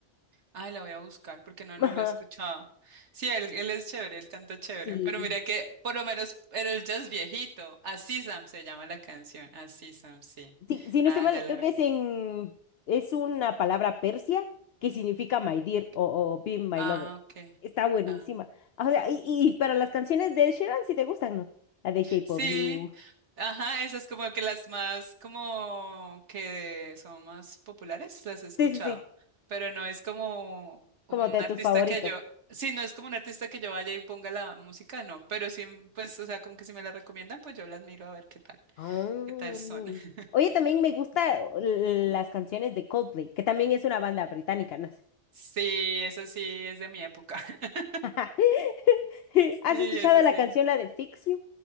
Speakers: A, on the right; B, on the left.
A: ay, la voy a buscar porque no, no
B: <laughs> Ajá.
A: la he escuchado. Sí, él, él es chévere, él canta chévere.
B: Sí.
A: Pero mira que por lo menos era el jazz viejito. Así Sam se llama la canción. Así Sam, sí.
B: Sí, si no
A: Ah,
B: estoy mal,
A: ya la
B: creo
A: vi.
B: que es en, es una palabra persia que significa my
A: Ah,
B: dear o, o be my
A: ah,
B: lover.
A: ok.
B: Está buenísima.
A: Ah.
B: O sea, y, y para las canciones de Ed Sheeran, si te gustan, ¿no? La de Shape
A: Sí,
B: of You.
A: ajá, esas como que las más, como que son más populares, las he escuchado,
B: Sí, sí, sí,
A: pero no es como un
B: como de
A: artista
B: tus favoritos.
A: que yo, sí, no es como un artista que yo vaya y ponga la música, no, pero sí, pues, o sea, como que si me la recomiendan, pues yo la admiro a ver qué tal,
B: Ah.
A: qué tal son. <laughs>
B: Oye, también me gusta l- las canciones de Coldplay, que también es una banda británica, ¿no?
A: Sí, eso sí, es de mi época. <laughs>
B: <laughs>
A: Sí,
B: ¿Has escuchado
A: eso
B: la
A: sí.
B: canción, la de Fix You?